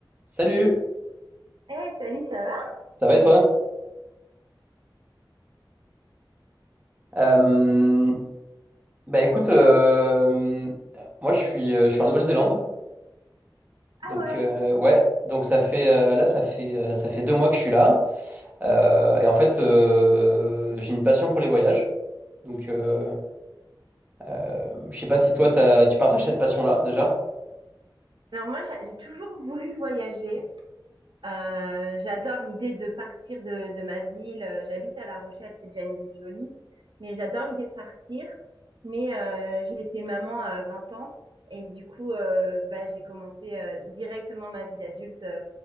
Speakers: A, on the right (about 20°); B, on the right (about 65°).
A: Salut,
B: Hey, salut, ça va?
A: ça va et toi? Euh, bah écoute, euh, moi je suis, euh, je suis en Nouvelle-Zélande, donc
B: Ah ouais.
A: euh, ouais, donc ça fait euh, là ça fait euh, ça fait deux mois que je suis là, Euh, et en fait euh, j'ai une passion pour les voyages, donc euh, euh, je sais pas si toi t'as- tu partages cette passion-là déjà.
B: Alors moi, j'a- j'ai toujours voulu voyager. Euh, j'adore l'idée de partir de, de ma ville. Euh, J'habite à La Rochelle, c'est déjà une ville jolie. Mais j'adore l'idée de partir. Mais euh, j'ai été maman à 20 ans. Et du coup, euh, bah, j'ai commencé euh, directement ma vie d'adulte euh,